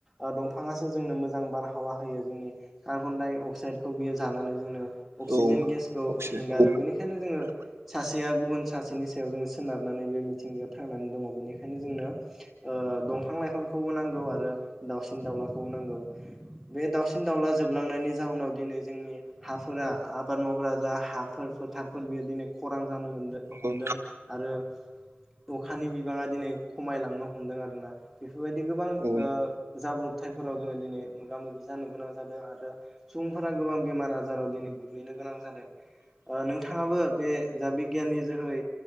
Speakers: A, in the centre; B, on the right.
A: ओ दंफाङासो जोंनो मोजां बारहावा होयो जोंनि कार्बन डाइ अक्साइदखौ बियो जानानै जोंनो अक्सिजेन
B: औ
A: गेसखौ
B: अक्सि
A: हेंगारो
B: औ
A: बेनिखायनो जोङो। सासेया गुबुन सासेनि सायाव जोङो सोनारनानै बे मिथिंगाया थांनानै दङ बेनि। ओंखायनो जोंनो ओ दंफां लाइफांखौबो नांगौ आरो दाउसिन दाउलाखौबो नांगौ। बे दाउसिन दाउला जोबलांनायनि जा। जाउनाव दिनै जोंनि हाफोरा आबाद मावग्रा जा हाफोर फोर थारफोर बियो दिनै। खौरां जानो मोनदों
B: नंगौ
A: हमदों आरो। अखानि बिबाङा दिनै खमायलांनो हमदों आरोना बेफोरबायदि गोबां
B: औ
A: ओ जाब्रब। हाथायफोराव जोङो दिनै मोगा मोगि जानो गोनां जादों आरो। सुबुंफोरा गोबां बेमार आजाराव दिनै गोग्लैनो गोनां जादों नोंथाङाबो बे जा बिगियाननि जोहै